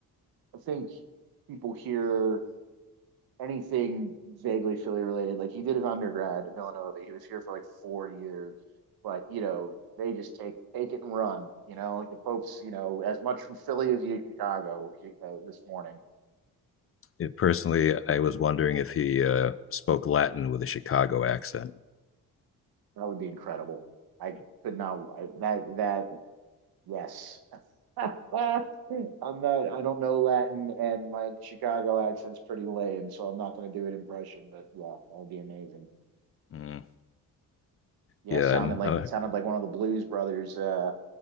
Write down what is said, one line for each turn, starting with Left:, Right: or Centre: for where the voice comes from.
Right: I think people hear anything vaguely Philly related. Like he did an undergrad at Villanova. He was here for like four years, but you know, they just take take it and run, you know, like the Pope's, you know, as much from Philly as you Chicago uh, this morning.
Left: it personally, I was wondering if he uh, spoke Latin with a Chicago accent.
Right: That would be incredible. I could not I, that that Yes. <laughs> I'm not, I don't know Latin and my Chicago accent's pretty lame, so I'm not going to do an impression, but yeah, that would be amazing.
Left: Mm.
Right: Yeah,
Left: Yeah,
Right: sounded
Left: I'm,
Right: like
Left: i
Right: sounded like one of the Blues Brothers, uh,